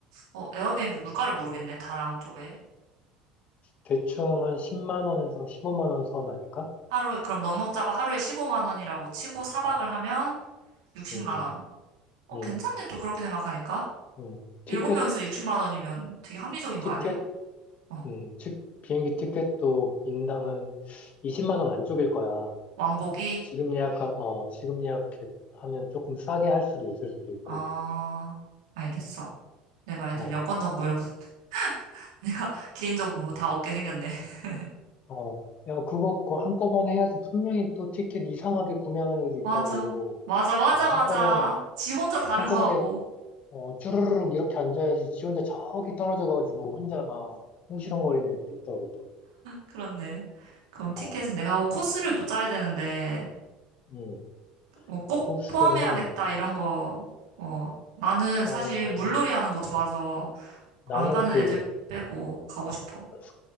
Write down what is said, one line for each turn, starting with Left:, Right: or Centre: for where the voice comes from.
Right: 어, 에어비앤비 물가를 모르겠네. 다낭 쪽에.
Left: 대충 한 10만
Right: 어.
Left: 원에서 15만 원 선 아닐까?
Right: 하루에 그럼 넉넉 잡아 하루에 15만 원이라고 치고 4박을 하면 60만
Left: 음,
Right: 원. 어,
Left: 음,
Right: 괜찮네, 또 그렇게 생각하니까.
Left: 음. 티켓,
Right: 일곱 명이서 60만 원이면 되게 합리적인
Left: 티켓,
Right: 거 아니야? 어.
Left: 음, 즉, 비행기 티켓도 인당은 20만 원 안쪽일 거야.
Right: 왕복이?
Left: 지금 예약하, 어, 지금 예약하면 조금 싸게 할 수도 있을 수도 있고,
Right: 아, 알겠어. 내가 애들
Left: 어.
Right: 여권 정보 이런 거 <laughs> 내가 개인 정보 다 얻게 생겼네. <laughs>
Left: 어, 야, 그거, 그거 한꺼번에 해야지. 분명히 또 티켓 이상하게 구매하는 애들 있다고.
Right: 맞아. 맞아, 맞아,
Left: 어,
Right: 맞아.
Left: 한꺼번에,
Right: 지 혼자 다른
Left: 한꺼번에,
Right: 거 하고.
Left: 어, 쭈르르륵 이렇게 앉아야지. 지 혼자 저기 떨어져가지고 혼자 막 궁시렁거리는 애들 있다고 또.
Right: 그렇네. 그럼
Left: 어,
Right: 티켓은 내가 하고 코스를 또 짜야 되는데,
Left: 음.
Right: 어, 꼭
Left: 코스는,
Right: 포함해야겠다, 이런 거. 어, 나는
Left: 어,
Right: 사실 물놀이 하는 거 좋아서
Left: 나는
Right: 안 가는
Left: 그,
Right: 애들 빼고 가고 싶어.
Left: 스-